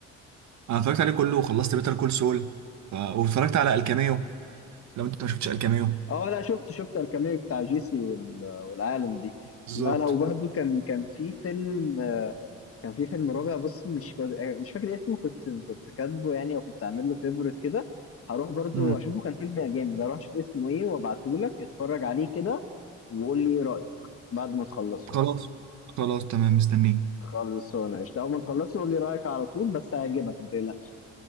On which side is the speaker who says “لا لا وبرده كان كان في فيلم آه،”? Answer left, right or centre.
Left